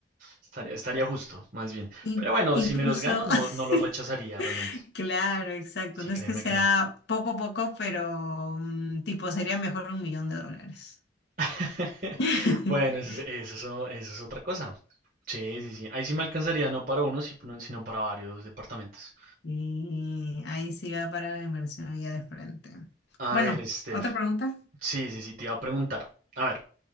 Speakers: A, on the right (about 50°); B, on the left (about 70°).
A: estaría, estaría justo, más bien.
B: In-
A: Pero bueno,
B: incluso,
A: si me los gano, no,
B: <laughs>
A: no los rechazaría realmente.
B: claro, exacto.
A: Sí,
B: No
A: créeme
B: es que sea
A: que no.
B: poco a poco, pero mm, tipo sería mejor un millón de dólares.
A: <laughs>
B: <laughs>
A: Bueno, eso, es- eso, es eso es otra cosa. Sí, sí, sí. Ahí sí me alcanzaría no para uno, si- no, sino para varios departamentos.
B: Y ahí sí va para la inversión ya de frente.
A: A
B: Bueno,
A: ver, Steph.
B: otra pregunta.
A: Sí, sí, sí, te iba a preguntar. A ver,